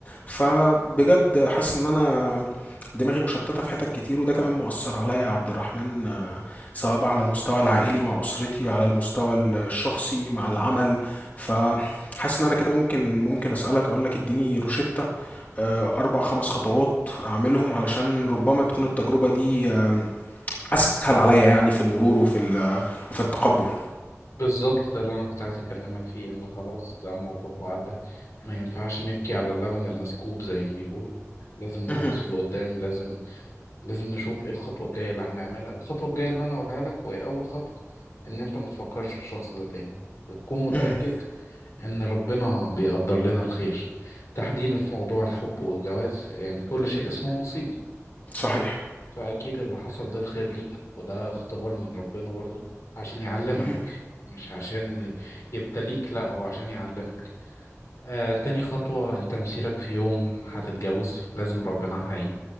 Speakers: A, on the left (about 30°); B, on the left (about 70°).
A: فبجد حاسس إن أنا دماغي مشتتة في حتت كتير وده كمان مؤثر عليا يا عبد الرحمن آه، سواء بقى على المستوى العائلي مع أسرتي على المستوى الشخصي مع العمل فحاسس إن أنا كده ممكن ممكن أسألك أقولك اديني روشتة آه، أربع خمس خطوات أعملهم علشان ربما تكون التجربة دي آه، أسهل عليا يعني في المرور وفي ال- وفي التقبل
B: بالظبط ده اللي انا كنت عايز اكلمك فيه ان خلاص ده موقف وعدى ما ينفعش نبكي على اللبن المسكوب زي ما بيقولوا لازم نبص
A: مهم.
B: لقدام لازم لازم نشوف ايه الخطوه الجايه اللي هنعملها الخطوه الجايه اللي انا اقولها لك وهي اول خطوه ان انت ما تفكرش في الشخص ده تاني وتكون متاكد
A: مهم.
B: ان ربنا بيقدر لنا الخير تحديدا في موضوع الحب والجواز يعني كل شيء اسمه نصيب
A: صحيح
B: فأكيد اللي حصل ده الخير ليك وده اختبار من ربنا برضه عشان يعلمك
A: مهم.
B: مش عشان يبتليك لا هو عشان يعلمك آه تاني خطوة انت مسيرك في يوم هتتجوز لازم ربنا هي